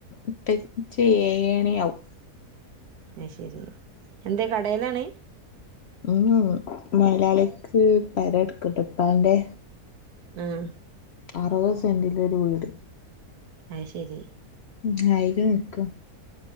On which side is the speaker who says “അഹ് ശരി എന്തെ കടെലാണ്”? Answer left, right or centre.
Right